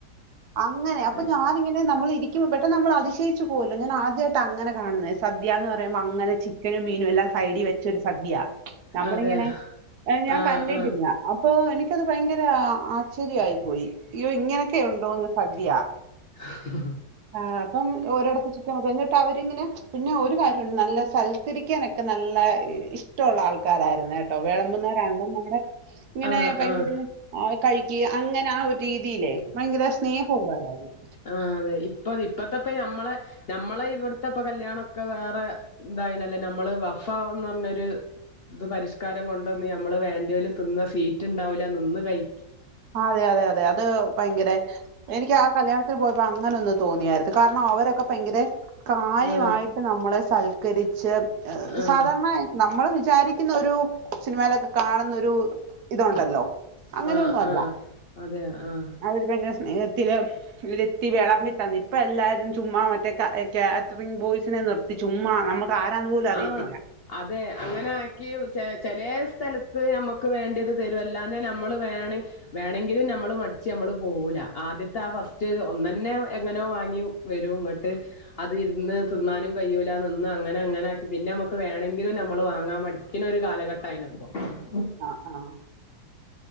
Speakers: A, on the right; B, on the left.
A: അങ്ങനെ അപ്പൊ
B: ഏഹ്
A: ഞാനിങ്ങനെ നമ്മൾ ഇരി ക്ക് പ പെട്ടെന്ന് നമ്മൾ അതിശയിച്ചു പോഉല്ലോ ഞാൻ ആദ്യയിട്ട അങ്ങനെ കാണുന്നെ സദ്യന്ന് പറയുമ്പോ അങ്ങനെ ചി ക്കനും മീനും എല്ലാം സൈഡിൽ വെച്ചൊരു സദ്യയ നമ്മളിങ്ങനെ
B: അതെ
A: ഞാൻ
B: ആഹ്
A: കണ്ടിട്ടില്ല
B: ആഹ്
A: അപ്പൊ എനിക്കത് ഭയങ്കര ആശ്ചര്യ ആയി പോയി അയ്യോ ഇങ്ങനൊക്കെ ഉണ്ടോന്ന് സദ്യ
B: ആഹ്ഹ
A: ആഹ് അപ്പം ഓരോടപ്പ ചുറ്റം കഞ്ഞിട്ട് അവരിങ്ങനെ പിന്നെ ഒരു കാര്യംണ്ട് നല്ല സൽക്കരി ക്ക്യനൊക്കെ നല്ല ഇഷ്ട്ടൊള്ള ആൾക്കാരായിരുന്നു ഏട്ടോ വേളമ്പുന്നവരാണങ്കും നമ്മുടെ ഇങ്ങനെ
B: ആഹ്
A: ഭയങ്കര
B: ആഹ്
A: <unintelligible> കഴിക്ക്യ അങ്ങനെ ആഹ് ഒരു രീതിയിലേ ഭയങ്കര സ്നേഹോള്ളവരായിരുന്നു
B: ആഹ്‌ അതെ ഇപ്പ ഇപ്പത്തെപ്പ നമ്മളെ നമ്മളെ ഇവിടുത്തെ ഇപ്പൊ കല്യാണൊക്കെ വേറെ ഇതായിണല്ലേ നമ്മള് വഫ ന്ന് പറഞ്ഞരു ഇത് പരിഷ്കാരം കൊണ്ടന്ന് നമ്മള് വേണ്ട്യോല് തിന്ന സീറ്റ് ണ്ടാവൂല്ല നിന്ന് കഴി
A: അതെ അതെ അതെ അത് ഭയങ്കര എനിക്ക് ആഹ് കല്യാണത്തിന് പോയപ്പോ അങ്ങനെ ഒന്ന് തോന്നിയായിരുന്നു കാരണം അവരൊക്കെ ഭയങ്കര കാര്യവായിട്ട്
B: ആഹ്
A: നമ്മളെ സൽക്കരിച്ച്
B: ആഹ്
A: സാധാരണ നമ്മള് വിചാരിക്കുന്ന ഒരു സിനിമയിലൊക്കെ കാണുന്നൊരു ഇതുണ്ടല്ലോ അങ്ങനെയൊന്നും
B: ആഹ്‌
A: അല്ല
B: ആഹ്‌ അതെ ആഹ്‌
A: അവര് ഭയങ്കര സ്നേഹത്തില് ഇര്ത്തി വിളമ്പി ഇപ്പ എല്ലാരും ചുമ്മാ മറ്റേ കാറ്ററി ബോയ്സിനെ നിർത്തി ചുമ്മാ നമു ആരാന്നുപോലും അറിയത്തില്ല
B: ആഹ് അതെ അങ്ങനെ ആക്കി ചെ ചേലേ സ്ഥലത്ത് നമ്മുക്ക് വേണ്ടിയത് തരും അല്ലാഞാ നമ്മള് വേണെ വേണങ്കിലും നമ്മള് മടിച്ച് അമ്മള് പോവൂല ആദ്യത്തെ ആ ഫസ്റ്റ് രു ഒന്നന്നെ എങ്ങനോ വാങ്യു വരും ഇങ്ങട്ട് അത് ഇരുന്ന് തിന്നാനും കഴിയൂല നിന്ന് അങ്ങനെ അങ്ങനെ പിന്നെ മ്മക്ക് വേണങ്കിലും നമ്മള് വാങ്ങാൻ മടിക്കുന്ന ഒരു കാലഘട്ടായിന് ഇപ്പൊ ഉം
A: ആഹ് ആഹ്